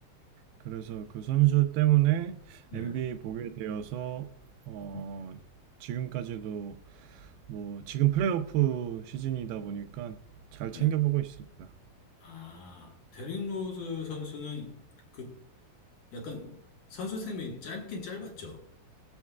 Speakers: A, on the right (about 90°); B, on the left (about 60°).
A: 그래서 그 선수 때문에
B: 네.
A: NBA 보게 되어서, 어,
B: 음.
A: 지금까지도 뭐, 지금 플레이오프 시즌이다 보니까 잘 챙겨보고
B: 네.
A: 있습니다.
B: 아, 데릭 로즈 선수는 그 약간 선수 생명이 짧긴 짧았죠.